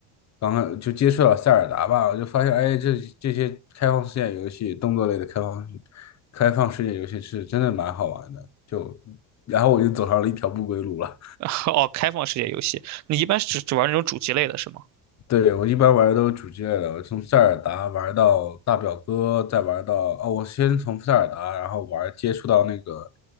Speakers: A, on the left; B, on the right.
A: 刚刚就接触了塞尔达吧，我就发现，哎，这这些开放世界游戏，动作类的开放开放世界游戏是真的蛮好玩的，就然后我就走上了一条不归路了。
B: <laughs> 哦，开放世界游戏，你一般是只只玩那种主机类的是吗？
A: 对，我一般玩的都是主机类的，我从塞尔达玩到大表哥，再玩到哦，我先从塞尔达，然后玩接触到那个